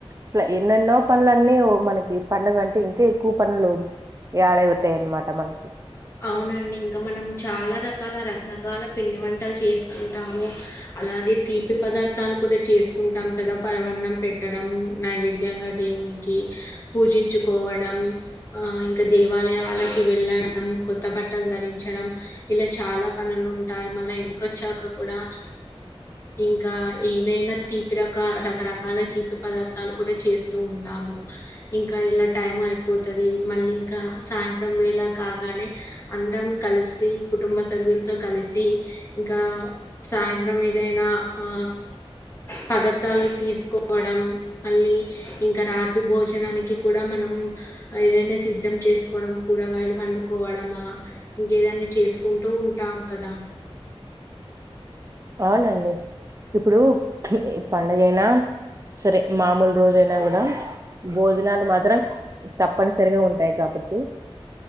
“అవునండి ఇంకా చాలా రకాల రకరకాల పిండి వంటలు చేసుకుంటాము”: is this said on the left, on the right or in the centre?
Left